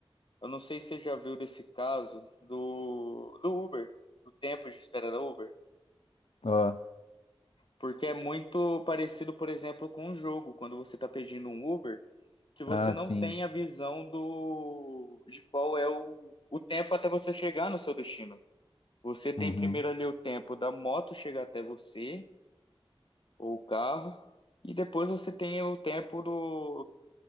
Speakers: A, on the left; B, on the left.
A: eu não sei se você já viu desse caso, do, do Uber, do tempo de espera da Uber.
B: Ah,
A: Porque é muito parecido, por exemplo, com um jogo, quando você está pedindo um Uber, que você
B: ah,
A: não
B: sim.
A: tem a visão do de qual é o, o tempo até você chegar no seu destino. Você tem
B: Uhum.
A: primeiro ali o tempo da moto chegar até você, ou o carro, e depois você tem o tempo do.